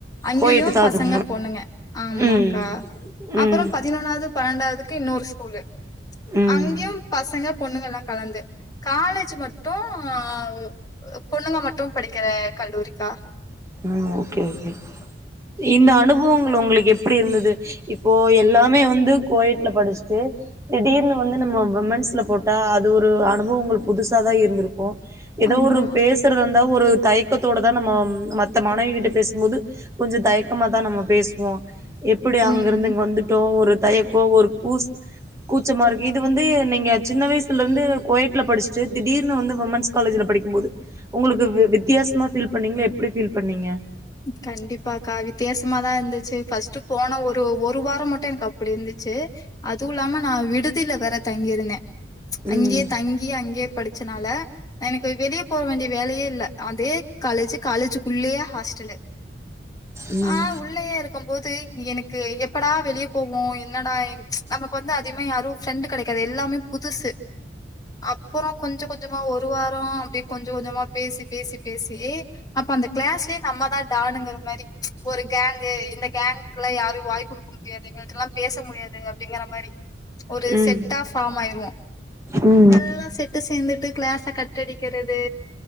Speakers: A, on the left; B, on the right.
A: அங்கேயு
B: கோயட்டு தா
A: பசங்க
B: அது
A: பொண்ணுங்க ஆமாக்கா
B: ம் ம்
A: அப்பறோ பதினொன்னாவது பன்னெண்டாவதுக்கு இன்னொரு ஸ்கூலு
B: ம்
A: அங்கயு பசங்க பொண்ணுங்க எல்லா கலந்து காலேஜ்ஜு மட் டூ ஆ ஓ பொண்ணுங்க மட்டும் படிக்கிற கல்லூரிக்கா
B: ம் ஓகே ஓகே இந்த அனுபோவ்ங்கள் உங்ளுக்கு எப்டி இருந்தது இப்போ எல்லாமே வந்து கோயட்ல படிச்ட்டு திடீர்னு வந்து நம்மோ உமன்ஸ்ல போட்டா அது ஒரு அனுபவங்கள் புதுசா தா இருந்துருக்கோ ஏதோ
A: ஆமா.
B: ஒரு பேசுறது இருந்தா ஒரு தைக்கத்தோட தா நம்ம மத் மானைவி கிட்ட பேசும்போது கொஞ்சோ தயக்கமா தா நம்ம பேசுவோ எப்டி அங்க
A: ம்.
B: இருந்து இங்க வந்து டோ ஒரு தயக்கோ ஒரு பூஸ் கூச்ச மா இருக்கு இது வந்து நீங்க சின்ன வயசுல இருந்து கோயட்ல படிச்சுட்டு திடீர்னு வந்து உமன்ஸ் காலேஜ்ல படிக்கும் போது உங்களுக்கு வித்தியாசமா ப்பீல் பண்ணீங்கள எப்டி பீல் பண்ணீங்க
A: கண்டிப்பா அக்கா வித்தியாசமாதா இருந்துச்சு ஃப்ர்ஸ்ட்ட் போன ஒரு ஒரு வாரோ மட்டு எனக்கு அப்டி இருந்துச்சு அதுவு இல்லாம நா விடுதில வேற தங்கியிருந்தே
B: ம்
A: அங்கேயே தங்கி அங்கயே படிச்சனால எனக்கு வெளிய போவ்வ வேண்டிய வேலயே இல்ல அதே காலேஜ் காலேஜுக்குள்ளயே ஹாஸ் டலு
B: ம்
A: ஆ உள் உள்ளயே இருக்கோம் போது எனக்கு எப்படா வெளிய போவோ என்னடா நம்மக் வந்து அதிகமா யாரோ ஃப்ரெண்டு் கடைக்காது எல்லாமே புதுசு அப்புறோ கொஞ்சோ கொஞ்சமா ஒரு வாரோ அப்டியே கொஞ்சோ கொஞ்சமா பேசி பேசி பேசி அப்ப அந்த கிளாஸ்லயே நம்மதா டானுங்கற மாரி ஒரு கேங்கு இந்த கேங்க்குல யாரோ வாய் குடுக்க முடியாது ல்லா பேச முடியாது அப்டிங்கற மாரி ஒரு
B: ம்
A: செட்டா ஃபார்ம் ஆய்ருவோ
B: ம்
A: எல்லா செட்டு சேந்துட்டு கிளாஸ கட் அடிக்கிறது